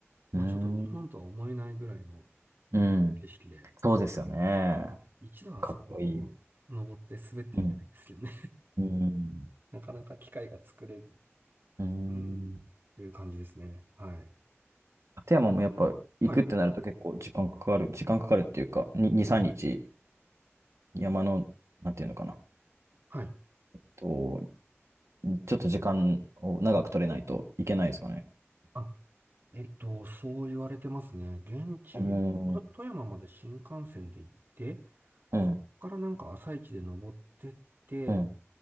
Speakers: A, on the right; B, on the right.
A: まあ、
B: うーん。
A: ちょっと日本とは思えないぐらいの雄大な景色で、
B: うん。そうですよね。
A: うん一度はあそこ登って滑ってみたいですけどね。
B: かっこいい。うん。うん。
A: <laughs> なかなか機会が作れず、
B: うん。
A: うん、っていう感じですね。はい。
B: 立山もやっぱ行くってなると結構時間かかる。
A: はい。
B: 時間かかるっていうか、に、2、3日
A: はい。
B: 山の、なんていうのかな。
A: はい。
B: と、ちょっと時間を長く取れないといけないですかね。
A: あ、えっと、そう言われてますね。現地、
B: うん。
A: と富山まで新幹線で行って、
B: うん、
A: そこからなんか朝一で登ってって、
B: うん、